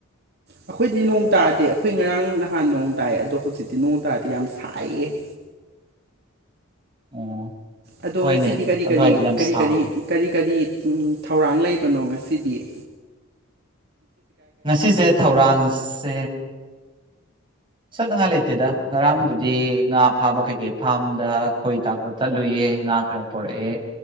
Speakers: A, on the right; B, on the right.
A: ꯑꯩꯈꯣꯏꯗꯤ ꯅꯣꯡ ꯇꯥꯗꯦ ꯑꯩꯈꯣꯏ ꯉꯔꯥꯡ ꯅꯍꯥꯟ ꯅꯣꯡ ꯇꯥꯏ ꯑꯗꯣ ꯍꯧꯖꯤꯛꯇꯤ ꯅꯣꯡ ꯇꯥꯗꯤ ꯌꯥꯝ ꯁꯥꯏꯌꯦ <unintelligible>
B: ꯑꯣ
A: ꯑꯗꯣ
B: ꯍꯣꯏꯅꯦ
A: ꯉꯁꯤꯗꯤ ꯀꯔꯤ
B: ꯑꯗꯨꯋꯥꯏꯗꯤ
A: ꯀꯔꯤ
B: ꯌꯥꯝ
A: ꯀꯔꯤ
B: ꯁꯥꯕ
A: ꯀꯔꯤ ꯀꯔꯤ ꯀꯔꯤ ꯊꯧꯔꯥꯡ ꯂꯩꯕꯅꯣ ꯉ ꯐꯁꯤ ꯗꯌꯦ
B: ꯉꯁꯤꯁꯦ ꯊꯧꯔꯥꯡꯁꯦ ꯆꯠꯅꯉꯥꯏ ꯂꯩꯇꯦꯗ ꯉꯔꯥꯡꯕꯨꯗꯤ ꯉꯥ ꯐꯥꯕ ꯀꯩ ꯀꯩ ꯐꯥꯔꯝꯗ ꯈꯣꯏ ꯇꯥꯛꯄ ꯆꯠꯂꯨꯏꯌꯦ ꯉꯥ ꯈꯔ ꯄꯔꯛꯑꯦ